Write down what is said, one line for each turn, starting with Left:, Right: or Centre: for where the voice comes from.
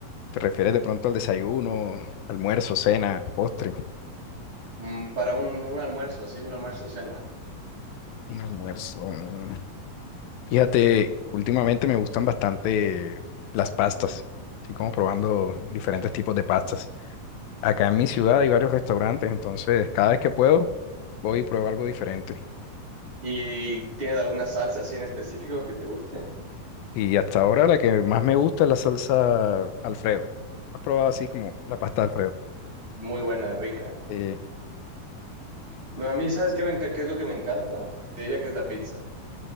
Left: ¿Te refieres de pronto al desayuno, almuerzo, cena, postre?
Right: Mm, para un, un almuerzo, así, un almuerzo cena.
Left: Un almuerzo. mm. Fíjate, últimamente me gustan bastante las pastas. Estoy como probando diferentes tipos de pastas. Acá en mi ciudad hay varios restaurantes, entonces cada vez que puedo voy y pruebo algo diferente.
Right: ¿Y tienes alguna salsa así en específico que te guste?
Left: Y hasta ahora la que más me gusta es la salsa Alfredo. ¿Has probado así como la pasta Alfredo?
Right: Muy buena, rica.
Left: Sí,
Right: No, A mí, ¿sabes qué, me enca- qué es lo que me encanta? Te diría que es la pizza.